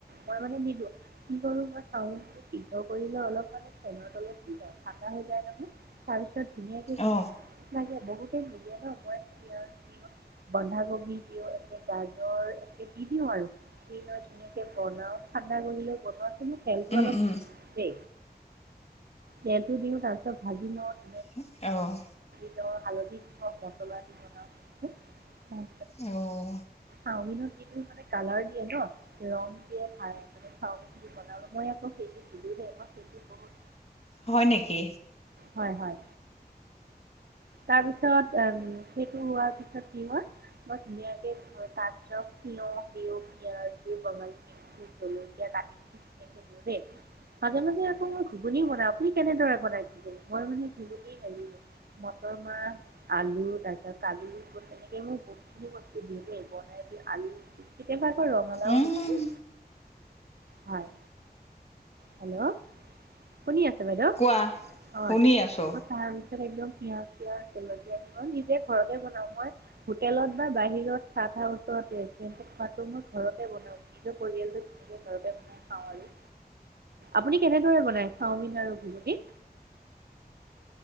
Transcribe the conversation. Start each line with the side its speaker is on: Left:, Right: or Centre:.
Right: মই মানে দি <unintelligible> লো কি কৰো মই চাওমিন সিদ্ধ কৰিলো অলপ অলপ ফেনৰ তলত দি ঠাণ্ডা হৈ যায় নহয় তাৰপিছত ত ধুনীয়াকে
Left: অ
Right: <unintelligible> বহুতে মিলিয় ন মই বন্ধাকবি দিও এনেকে গাজৰ একে দি দিও আৰু দি ধুনীয়াকে বনাও। বাই কৰি লৈ তুমি তেলবোৰলৈ
Left: উম
Right: অলপ
Left: উম
Right: দে তেলটো দিওঁ তাৰপিছত ভাজি লৈ লোৱা
Left: উম, অ'।
Right: ৰ হালধি দি মচলা দি বনাও।
Left: অও।
Right: চাওমিনত যিটো মানে কালাৰ দিয়ে ন ৰং দিয়ে ভাল মানে চাওমিন যি বনাও মই আকৌ সেইটো নি মই সেইটো বহু
Left: হয় নেকি?
Right: হয়, হয়। তাৰ পিছত অ' সেইটো হোৱাৰ পিছত কি হ'ল মই ধুনীয়াকে তাৰ কিহৰ আকৌ কিহৰ গম <unintelligible> মাজে মাজে আকৌ মই ঘুগনি বনাও। আপুনি কেনেদৰে বনাই ঘুগনি মই মানে ঘুগনি মটৰ মাহ আলু তাৰ পিছত কাজু তেনেকে মোৰ বহুতখিনি বস্তু দেই বনাই আলু কেতিয়াবা আকৌ ৰঙালাও
Left: উম
Right: দিব দে। হয় হেল্ল' শুনি আছে বাইদেউ,
Left: কোৱা
Right: হয়।
Left: শুনি আছো
Right: একম পিয়াজ পিয় জলকীয়া দি মই নিজে ঘৰতে বনাওঁ, মই হোটেলত বা বাহিৰত চ ওচৰতে খোৱাটো মই ঘৰতে বনাওঁ, নিজৰ পৰিয়ালটো ঘৰতে মই খাওঁ আৰু। আপুনি কেনেদৰে বনাই চাওমিন আৰু ভবুটি?